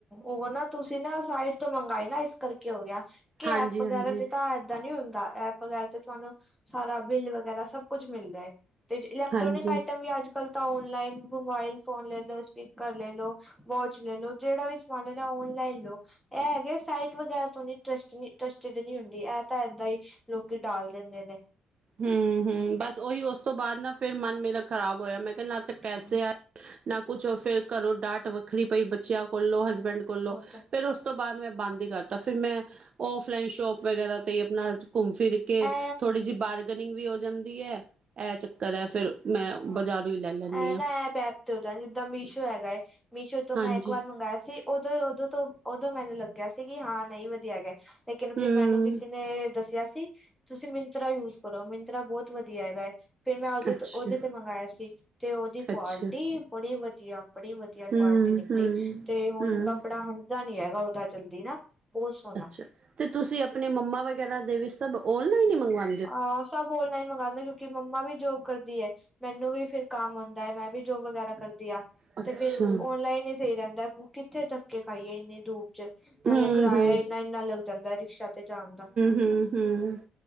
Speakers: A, in the centre; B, on the right.
A: ਉਹ ਨਾ ਤੁਸੀਂ ਨਾ ਸਾਈਡ ਤੋਂ ਮੰਗਾਏ ਨਾ, ਇਸ ਕਰਕੇ ਹੋ ਗਿਆ। ਕੀ
B: ਹਾਂਜੀ
A: ਐਪ ਵਗੈਰਾ
B: ਹਾਂਜੀ
A: 'ਤੇ ਤਾਂ ਏ ਦਾ ਨੀ ਹੁੰਦਾ, ਐਪ ਵਗੈਰਾ 'ਤੇ ਤੁਹਾਨੂੰ ਸਾਰਾ ਬਿੱਲ ਵਗੈਰਾ ਸਭ ਕੁੱਝ ਮਿਲਦਾ ਏ। ਤੇ ਇਲੈਕਟ੍ਰੋਨਿਕ
B: ਹਾਂਜੀ
A: ਆਈਟਮ ਵੀ ਅੱਜ ਕੱਲ ਤਾਂ ਔਨਲਾਈਨ ਮੋਬਾਈਲ ਫੋਨ ਲੈ ਲੋ, ਸਪੀਕਰ ਲੈ ਲੋ, ਵੋ ਚ ਲੈ ਲੋ, ਜਿਹੜਾ ਵੀ ਸਮਾਨ ਲੈਣਾ ਔਨਲਾਈਨ ਲੋ। ਇਹ ਹੈਗੇ ਸਾਈਟ ਵਗੈਰਾ ਤੋਂ ਨੀ ਟਰਸਟ ਨੀ ਟਰੱਸਟਡ ਨੀ ਹੁੰਦੀ, ਐ ਤਾਂ ਏਦਾਂ ਈ ਲੋਕੀ ਡਾਲ ਦਿੰਦੇ ਨੇ।
B: ਹੂੰ-ਹੂੰ ਬਸ ਉਹੀ ਉਸ ਤੋਂ ਬਾਅਦ ਨਾ ਫੇਰ ਮਨ ਮੇਲਾ ਖ਼ਰਾਬ ਹੋਇਆ, ਮੈਂ ਕਹਿ ਨਾ 'ਤੇ ਪੈਸੇ
A: ਹਾਂ,
B: ਆ ਨਾ ਕੁਛ ਔਰ ਫਿਰ ਘਰੋਂ ਡਾਟ ਵੱਖਰੀ ਪਈ ਬੱਚਿਆਂ ਕੋਲੋ, ਹਸਬੈਂਡ ਕੋਲੋਂ
A: ਓਦਾਂ
B: ਫਿਰ ਉਸ ਉੱਤੋਂ ਬਾਅਦ ਮੈਂ ਬੰਦ ਈ ਕਰਤਾ ਫਿਰ ਮੈਂ ਔਫਲਾਈਨ ਸ਼ੋਪ ਵਗੈਰਾ 'ਤੇ ਈ ਆਪਣਾ ਘੁੰਮ ਫਿਰ ਕੇ
A: ਐ
B: ਥੋੜੀ ਜੀ ਬਾਰਗਨਿੰਗ ਵੀ ਹੋ ਜਾਂਦੀ ਐ ਇਹ ਚੱਕਰ ਐ ਫਿਰ
A: ਹਾਂ
B: ਬਜ਼ਾਰੋਂ ਈ ਲੈ। ਲੈਂਦੀ
A: ਐ ਨਾ
B: ਹਾਂ
A: ਐਪ-ਐਪ 'ਤੇ ਉਦਾਂ ਜ਼ਿੱਦਾ ਮੀਸ਼ੋ ਹੈਗਾ ਏ ਮੀਸ਼ੋ ਤੋਂ
B: ਹਾਂਜੀ
A: ਮੈਂ ਇੱਕ ਵਾਰ ਮੰਗਾਇਆ ਸੀ। ਉਦੋਂ-ਉਦੋਂ ਤੋਂ ਉਦੋਂ ਮੈਨੂੰ ਲੱਗਿਆ ਸੀ ਕਿ ਹਾਂ ਨਹੀਂ ਵਧੀਆ ਹੈਗਾ ਐ ਲੇਕਿਨ
B: ਹੂੰ
A: ਫਿਰ ਮੈਨੂੰ ਕਿਸ ਕਿਸੀ ਨੇ ਦੱਸਿਆ ਸੀ ਤੁਸੀਂ ਮਿੰਤਰਾ ਯੂਜ ਕਰੋ ਮਿੰਤਰਾ ਬਹੁਤ ਵਧੀਆ ਹੈਗਾ ਐ ਫਿਰ ਮੈਂ ਉਹਦੇ
B: ਅੱਛਾ
A: ਤੋਂ ਉਹਦੇ 'ਤੇ ਮੰਗਾਇਆ ਸੀ 'ਤੇ ਉਹਦੀ ਕੁਆਲਿਟੀ
B: ਅੱਛਾ
A: ਬੜੀ ਵਧੀਆ ਬੜੀ ਵ ਘਟੀਆ
B: ਹੂੰ-ਹੂੰ
A: ਕੁਆਲਟੀ ਨਿਕਲੀ
B: ਹੂੰ
A: 'ਤੇ ਹੁਣ
B: ਹੂੰ
A: ਕੱਪੜਾ ਹਟਾ ਨੀ ਹੈਗਾ ਉਦਾ ਜਲਦੀ ਨਾ। ਬਹੁਤ ਸੋਹਣਾ।
B: ਅੱਛਾ 'ਤੇ ਤੁਸੀਂ ਆਪਣੇ ਮੰਮਾ ਵਗੈਰਾ ਦੇ ਵੀ ਸਭ ਔਨਲਾਈਨ ਈ ਮੰਗਵਾ
A: ਹਾਂ ਸਭ ਔਨਲਾਈਨ ਮੰਗਾਦੇ ਕਿਉਂਕਿ ਮੰਮਾ ਵੀ ਜੋਬ ਕਰਦੀ ਐ। ਮੈਨੂੰ ਵੀ ਫਿਰ ਕੰਮ ਹੁੰਦਾ ਏ ਮੈਂ ਵੀ ਜੋਬ ਵਗੈਰਾ ਕਰਦੀ ਆ
B: ਅੱਛਾ
A: 'ਤੇ ਫਿਰ ਔਨਲਾਈਨ ਈ ਸਈ ਰਹਿੰਦਾ ਕਿੱਥੇ ਧੱਕੇ ਖਾਈਏ ਇੰਨੀ ਧੂਪ 'ਚ ਨਾਲੇ
B: ਹਮ
A: ਕਰਾਇਆ
B: ਹਮ
A: ਇੰਨਾ-ਇੰਨਾ ਲੱਗ ਜਾਂਦਾ ਰਿਕਸ਼ਾ 'ਤੇ ਜਾਣ ਦਾ।
B: ਹੂੰ-ਹੂੰ।